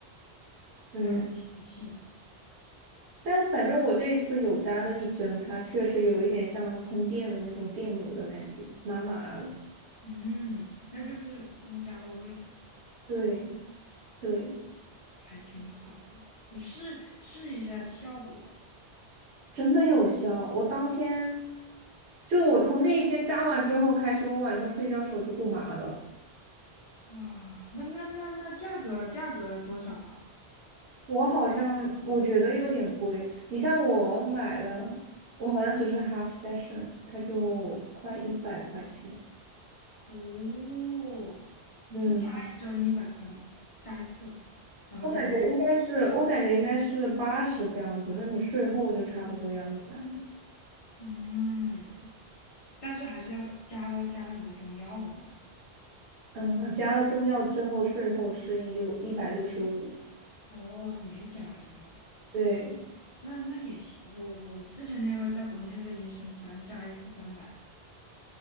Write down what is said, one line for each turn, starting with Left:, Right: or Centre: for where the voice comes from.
Right: 嗯。
Left: 点不相信。
Right: 但反正我这一次有扎的一针，它确实有一点像通电的那种电流的感觉，麻麻的。
Left: 嗯，那就是那扎到位置，
Right: 对对，
Left: 还挺好的。你试试一下效果。
Right: 真的有效。我当天，就我从那一天扎完之后开始，我晚上睡觉手就不麻了。
Left: 哇，那那那那价格价格多少啊？
Right: 我好像我觉得有点贵，你像我买了，我好像只是 half session，它就快一百块钱。
Left: 哦，
Right: 嗯，
Left: 是扎一针一百块吗？扎一次，然后加药。
Right: 我感觉应该是，我感觉应该是八十这样子，那你税后就差不多要一百。
Left: 嗯，但是还是要加了加了你的中药的吗？
Right: 嗯，加了中药之后，税后是一六一百六十五。
Left: 哦，就没加中药，
Right: 对，
Left: 那那也行。我我之前那个在国内的医生，反正加一次三百，